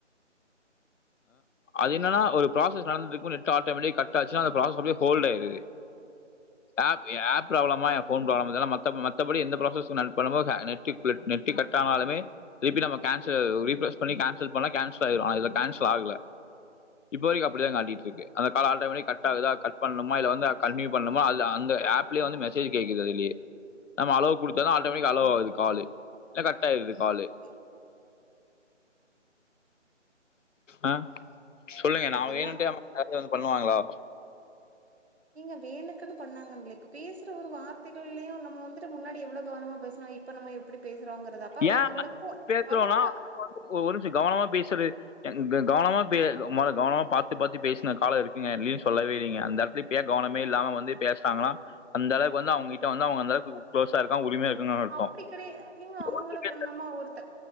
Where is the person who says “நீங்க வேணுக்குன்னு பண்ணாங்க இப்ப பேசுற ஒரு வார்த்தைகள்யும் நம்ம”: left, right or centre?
Right